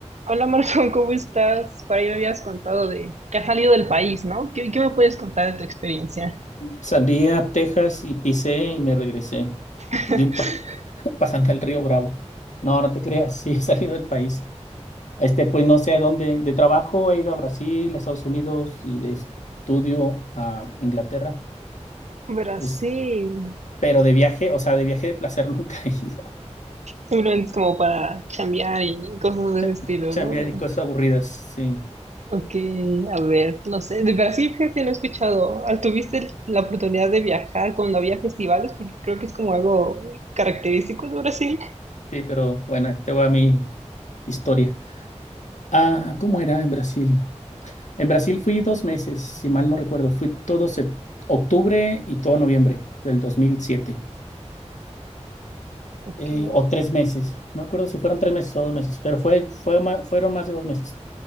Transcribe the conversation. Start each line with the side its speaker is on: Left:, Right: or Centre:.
Right: Hola Marco, <laughs> ¿cómo estás? Para ahí me habías contado de que has salido del país, ¿no? ¿Qué, qué me puedes contar de tu experiencia?
Left: Salí a Texas y pisé y me regresé.
Right: <laughs>
Left: Di un pa- <laughs> pasando el río Bravo. No, no te creas, sí <laughs> he salido del país. Este, pues no sé a dónde. De trabajo he ido a Brasil, a Estados Unidos y de estudio a Inglaterra.
Right: Brasil.
Left: Es, pero de viaje, o sea, de viaje de placer <laughs> nunca he ido.
Right: Simplemente es como para chambear y cosas de
Left: Cha-
Right: ese estilo,
Left: Chambear
Right: ¿no? De-
Left: y cosas aburridas, sí.
Right: ok, a ver, no sé. De Brasil, fíjate, no he escuchado. Ah, ¿Tuviste el- la oportunidad de viajar cuando había festivales? Porque creo que es como algo característico de Brasil.
Left: Sí, pero bueno, ahí te voy a mi historia. Ah, ¿cómo era en Brasil? En Brasil fui dos meses, si mal no recuerdo. Fui todo sep- octubre y todo noviembre del 2007.
Right: Ok,
Left: eh, o tres meses. No me acuerdo si fueron tres meses o dos meses, pero fue, fue ma- fueron más de dos meses.